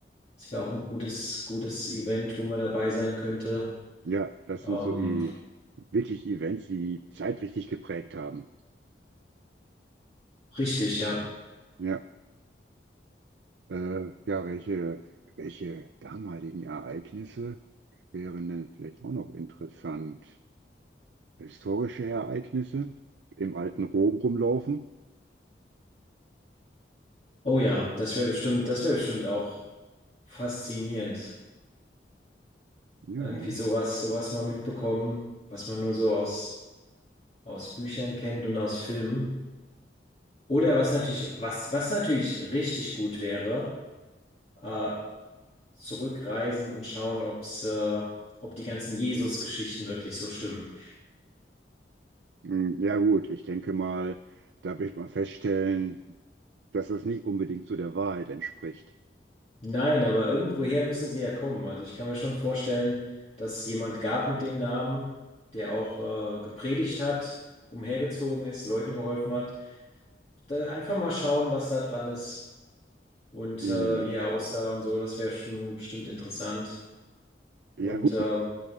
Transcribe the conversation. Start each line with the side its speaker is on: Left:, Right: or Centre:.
Left: das wäre auch ein gutes, gutes Event, wo man dabei sein könnte.
Right: Ja, das
Left: Ähm,
Right: sind so i- wirklich Events, die die Zeit richtig geprägt haben.
Left: richtig, ja.
Right: Ja, äh, ja, welche, welche damaligen Ereignisse wären denn vielleicht auch noch interessant? historische Ereignisse im alten Rom rumlaufen?
Left: Oh ja,
Right: Ja,
Left: das wäre bestimmt, das wäre bestimmt auch faszinierend.
Right: ja,
Left: Irgendwie
Right: ne?
Left: sowas, sowas mal mitbekommen, was man nur so aus, aus Büchern kennt und aus Filmen. Oder was natürlich, was, was natürlich richtig gut wäre, äh, zurückreisen und schauen, ob's, äh, ob die ganzen Jesus-Geschichten wirklich so stimmen.
Right: Hm, Ja gut, ich denke mal, da wird man feststellen, dass das nicht unbedingt so der Wahrheit entspricht.
Left: Nein, aber irgendwoher müssen sie ja kommen. Also ich kann mir schon vorstellen, dass es jemand gab mit dem Namen, der auch, äh, gepredigt hat, umhergezogen ist, Leuten geholfen hat. Da einfach mal schauen, was da dran ist. und
Right: Äh,
Left: äh, wie er aussah und so. Das wäre schon bestimmt interessant. Und
Right: Ja gut,
Left: ähm,